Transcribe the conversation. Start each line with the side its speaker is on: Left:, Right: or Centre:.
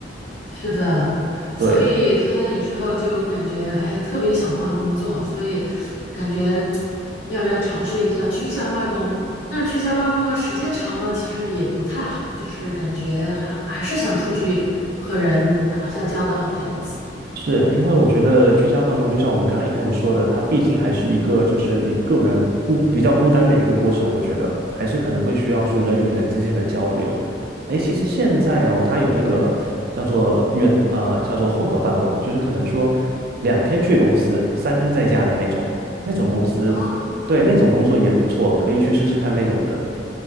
Left: 是的，所以他有时候就感觉，
Right: 对。
Left: 哎呀，特别想换工作，所以感觉要不要尝试一下居家办公？但是居家办公呢，时间长了其实也不太好，就是感觉还还是想出去和人打一下交道这样子。
Right: 是因为我觉得居家办公，就像我们刚刚一开始说的，它毕竟还是一个就是你个人孤比较孤单的一个过程。我觉得还是可能会需要说人与人之间的交流。哎，其实现在哦，它有那个叫做远呃叫做混合办公，就是可能说两天去公司，三天在家的那种，那种公司，
Left: 啊
Right: 对，那种工作也不错，可以去试试看那种的。